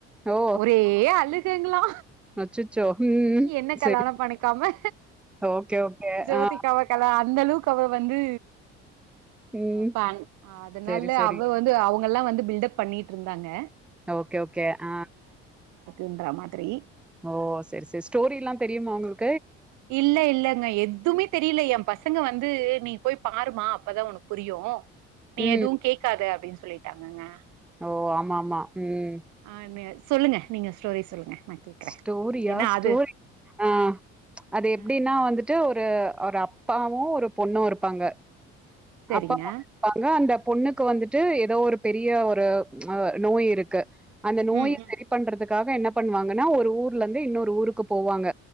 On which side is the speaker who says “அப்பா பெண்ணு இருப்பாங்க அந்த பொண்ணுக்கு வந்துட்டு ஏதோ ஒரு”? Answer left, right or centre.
Centre